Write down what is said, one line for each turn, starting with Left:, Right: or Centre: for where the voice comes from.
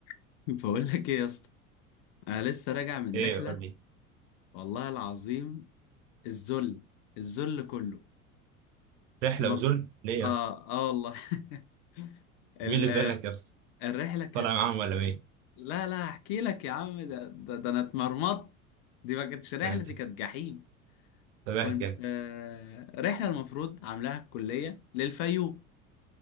Left: <laughs> بقول لك ايه يا اسطى انا لسه راجع من
Right: ايه
Left: رحله
Right: قول لي
Left: والله العظيم الذل الذل كله
Right: رحله
Left: المف...
Right: وذل ليه يا
Left: اه
Right: اسطى
Left: اه والله <laughs> ال...
Right: مين اللي زلك يا اسطى
Left: الرحله كانت
Right: طالع معاهم ولا مين
Left: لا لا هحكي لك يا عم ده ده, ده انا اتمرمطت دي ما كانتش رحله
Right: آه، طب
Left: دي كانت جحيم
Right: طب احكي
Left: كنت
Right: احكي
Left: آه... رحله المفروض عاملاها الكليه للفيوم